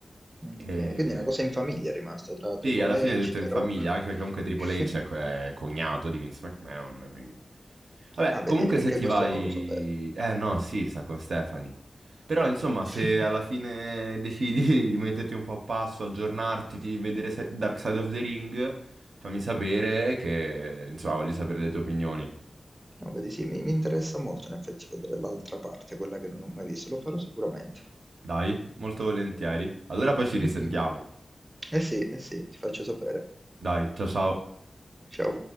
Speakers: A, on the right; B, on the right.
A: Ok,
B: E...
A: Quindi una cosa in famiglia è rimasta tra Triple
B: Sì, alla fine è
A: H,
B: tutto
A: The
B: in famiglia,
A: Rock.
B: anche perché comunque Triple
A: <laughs>
B: H è, co- è cognato di Vince McMahon, quindi... Vabbè,
A: Ah, vedi,
B: comunque
A: anche
B: se ti
A: questo
B: vai...
A: non lo sapevo.
B: Eh no, sì, sta con Stephanie. Però insomma, se
A: <laughs>
B: alla fine decidi <laughs> di metterti un po' a passo, aggiornarti, di vedere se- Dark Side of the Ring, fammi sapere che... Insomma, voglio sapere le tue opinioni.
A: No, vedi, sì, mi mi interessa molto in effetti vedere l'altra parte, quella che non ho mai visto, lo farò sicuramente.
B: Dai, molto volentieri. Allora poi ci risentiamo.
A: Mhm. Eh sì, eh sì, ti faccio sapere.
B: Dai, ciao ciao.
A: Ciao.